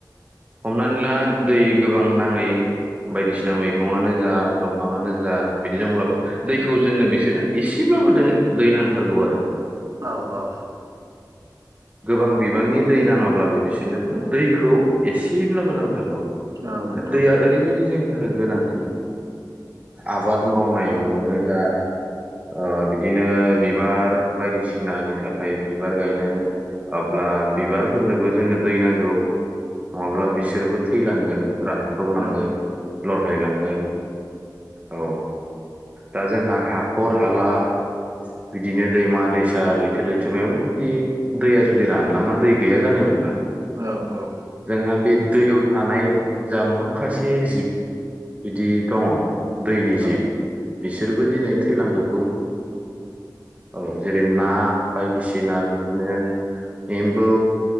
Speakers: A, on the right (about 20°); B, on the right (about 50°).
A: हमनानै ला दै गोबां नांङै बायदि सिना मैगंआनो जा दंफाङानो जा बिदिजोंब्लाबो दैखौ जोंनो बिसोरनो एसेब्लाबोदोङो दै नांथारगौ आरो।
B: औ औ
A: गोबां बिबांनि दै नांङाब्लाबो बिसोरनोबो दैखौ एसेब्लाबो नांथारगौ।
B: नोंथां
A: दैया ओरैबायदि जों बिनि थाखाय गोनांथि आबाद ओ मावनायावनो जा ओ बिदिनो बिबार बायदिसिनानि थाखाय बिबार गायनो अब्ला बिबारफोरनोबो जोंनो दै नांगौ। नंङाब्ला
B: औ
A: बिसोरबो थैलांगोन। रानख्रबलांगोन
B: औ
A: लरहायलांगोन औ। दा जोंहा हाखर हाला। बिदिनो दैमा दैसा लैथ लैथो लैथोमायावबो जुदि दैया जुदि रानलाङा दै गैया जानायमोनब्ला
B: औ औ।
A: जोंहा बे दैयाव थानाय जा माखासे जिब बिदि दङ। दैनि जिब
B: औ
A: बिसोरबो दिनै थैलांजोब गुबुन। औ जेरै ना। बायदिसिना बिदिनो एम्बौ,